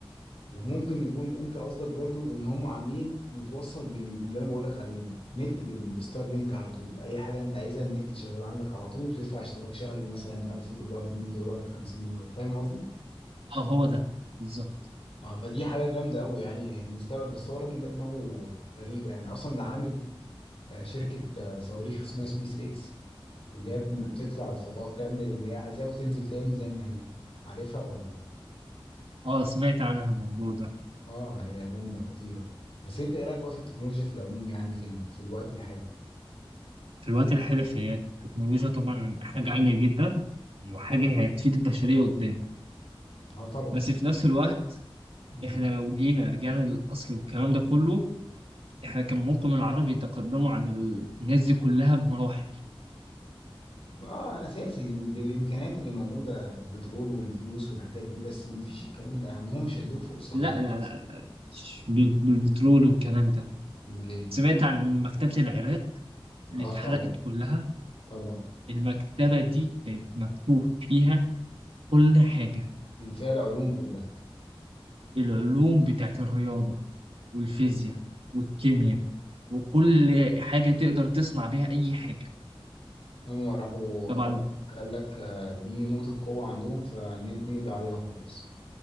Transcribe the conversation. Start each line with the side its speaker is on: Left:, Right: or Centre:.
Left: وممكن يكون انت قصدك برضو ان هم عاملين متوصل بال... باللي انا بقول لك عليه ده نت بال- بالستار لينك على طول اي حاجه انت عايزها النت شغال عندك على طول بتدفع اشتراك شهري مثلا 1000 دولار 100 دولار 50 دولار فاهم قصدي؟
Right: اه هو ده بالظبط
Left: اه فدي حاجه جامده قوي يعني المستقبل بس هو الراجل ده دماغه غريبه يعني اصلا ده عامل آه، شركه آه، صواريخ اسمها سبيس اكس اللي هي بتطلع الفضاء تعمل اللي هي عايزاه وتنزل تاني زي ما هي عارفها ولا؟
Right: اه سمعت عنها الموضوع ده
Left: اه هي جامده خطيره بس انت ايه رايك بقى في التكنولوجيا في العموم يعني في ال... في الوقت الحالي؟
Right: في الوقت الحالي هي التكنولوجيا طبعا حاجة عالية جدا وحاجة هتفيد البشرية قدام
Left: اه طبعا
Right: بس في نفس الوقت
Left: مم.
Right: احنا لو جينا رجعنا للأصل والكلام ده كله احنا كان ممكن العرب يتقدموا عن ال- الناس دي كلها بمراحل
Left: اه اساسي بالامكانيات اللي موجوده البترول والفلوس والحاجات دي بس مفيش الكلام ده يعني هو مش هيدوك فرصه
Right: لا
Left: هناك
Right: لا
Left: اصلا
Right: لا مش بال- بالبترول والكلام ده
Left: امال ايه
Right: سمعت عن مكتبة العراق اللي
Left: اه
Right: اتحرقت
Left: طبعا
Right: كلها
Left: طبعا
Right: المكتبة دي كانت مكتوب فيها كل حاجة
Left: كان فيها العلوم كلها
Right: العلوم بتاعت الرياضة والفيزياء والكيمياء وكل حاجة تقدر تصنع بيها أي حاجة
Left: هم راحوا
Right: طبعا
Left: قال لك قال لك آه، دي نقطه قوه عندهم فنقضي عليها وخلاص